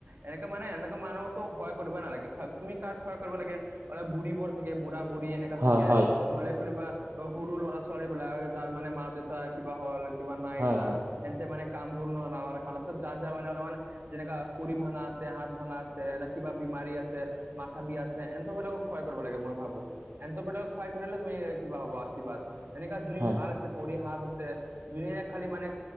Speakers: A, on the right; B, on the right.
A: এনেকে মানে এনেকুৱা মানুহতো হয়। কৰিব নালাগে তুমি কাৰ খোৱা কৰিব লাগে অলপ বুঢ়ী বোৰ থাকে বুঢ় বুঢ়ী এনেককা
B: হয়
A: থাকে
B: হয়
A: নহলে কোনোবা সৰু ল'ৰা ছোৱালী বিলাক যাৰ মানে মা দেউতা কিবা হল কিবা নাই
B: হয়
A: তাৰ
B: হয়
A: তেন্তে মানে কামবোৰ <unintelligible> যাৰ যাৰ মানে অলপমান যেনেকা ভৰি ভাঙা আছে হাত ভাঙা আছে নে কিবা বমাৰী আছে। মাথা বি আছে এন্তবিলাকক সহায় কৰিব লাগে মই ভাবো এন্ত বিলাকক সহায় কৰিলে তুমি কিবা হ'ব আশীৰ্বাদ এনেকা
B: হয়
A: ভাল আছে পৰি হাত আছে যোনে ন খালি মানে